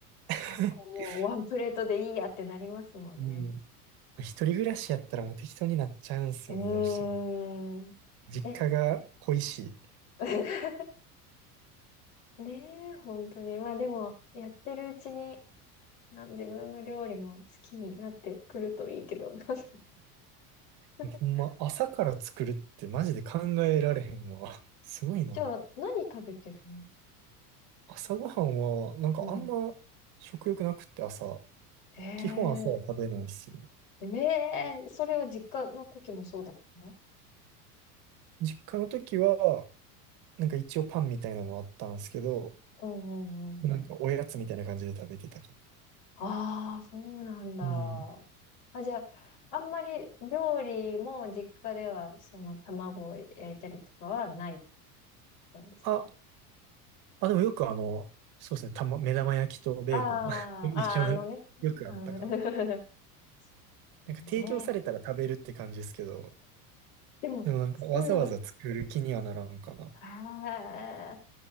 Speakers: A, on the right; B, on the left.
A: <laughs>
B: あともうワンプレートでいいやってなりますもんね。
A: うん。一人暮らしやったらもう適当になっちゃうんすよね、
B: うーん。
A: どうしても。実家が恋し
B: え、<laughs> ねえ、本当に。まあでも、やってるうちに、な自分の料理も好きになってくるといいけど、どうなんだろう。
A: い。ほんま、朝から作るってマジで考えられへんわ。<laughs> すごいな。
B: <laughs> じゃあ、何食べてるの
A: 朝ごはんは、なんかあんま食欲なくって朝。
B: うん。ええ
A: 基本朝は食べないっすよね。
B: ええそれは実家の時もそうだったの
A: 実家の時は、なんか一応パンみたいなのあったんですけど、
B: うんうんうんうん。
A: なんかおやつみたいな感じで食べてたか。
B: ああ、そうなんだ。
A: うん。
B: あ、じゃあ、あんまり料理も実家では、その卵を焼いたりとかはないなんですか
A: あ、あ、でもよくあの、そうですね、たま、目玉焼きとベーコン
B: あ
A: <laughs> 一緒の、
B: あ、ああ、あのね。
A: よくあったかな。
B: うん、<laughs> ねえ
A: なんか提供されたら食べるって感じですけど、
B: でも、
A: でもなんかわざわざ作る気にはならんかな。
B: スプーン、ああ、